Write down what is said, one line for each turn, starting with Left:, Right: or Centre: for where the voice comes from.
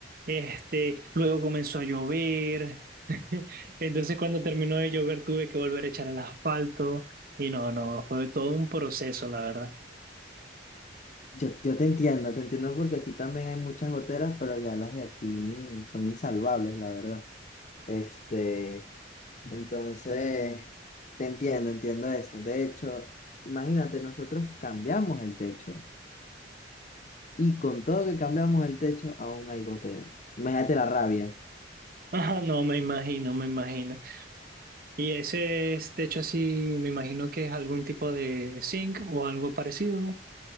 Right: este, luego comenzó a llover, <laughs> entonces cuando terminó de llover tuve que volver a echar el asfalto, y no, no, fue todo un proceso, la verdad.
Left: Yo, yo te entiendo, te entiendo porque aquí también hay muchas goteras, pero ya las de aquí son insalvables, la verdad. Este, entonces, te entiendo, entiendo eso. De hecho, imagínate, nosotros cambiamos el techo y con todo que cambiamos el techo, aún hay goteras. Imagínate la rabia.
Right: Ajá, no, me imagino, me imagino. Y ese es, de hecho, así, me imagino que es algún tipo de zinc o algo parecido.